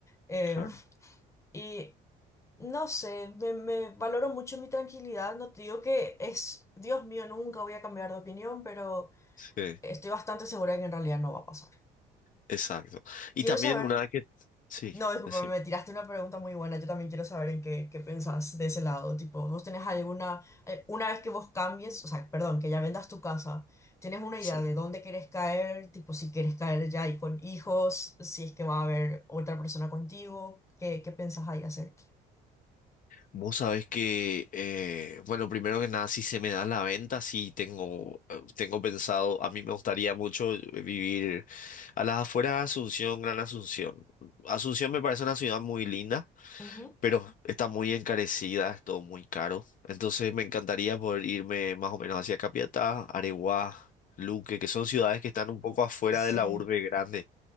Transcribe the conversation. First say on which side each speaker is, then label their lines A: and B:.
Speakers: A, on the left; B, on the left.
A: Em,
B: Claro.
A: y no sé, me, me valoro mucho mi tranquilidad. No te digo que es, Dios mío, nunca voy a cambiar de opinión, pero
B: Sí,
A: estoy bastante segura de que en realidad no va a pasar.
B: exacto. Y
A: Quiero
B: también
A: saber,
B: una vez que... Sí,
A: no, disculpa,
B: decime.
A: me tiraste una pregunta muy buena. Yo también quiero saber en qué, qué pensás de ese lado. Tipo, ¿vos tenés alguna, eh, una vez que vos cambies, o sea, perdón, que ya vendas tu casa, ¿tienes una
B: Sí.
A: idea de dónde querés caer? Tipo, si querés caer ya y con hijos, si es que va a haber otra persona contigo, ¿qué, qué pensás ahí hacer?
B: Vos sabés que, eh, bueno, primero que nada, si se me da la venta, sí tengo, eh, tengo pensado, a mí me gustaría mucho eh, vivir a las afueras de Asunción, Gran Asunción. Asunción me parece una ciudad muy linda,
A: Ujú.
B: pero está muy encarecida, es todo muy caro. Entonces me encantaría poder irme más o menos hacia Capiatá, Areguá, Luque, que son ciudades que están un poco afuera
A: Sí,
B: de la urbe grande,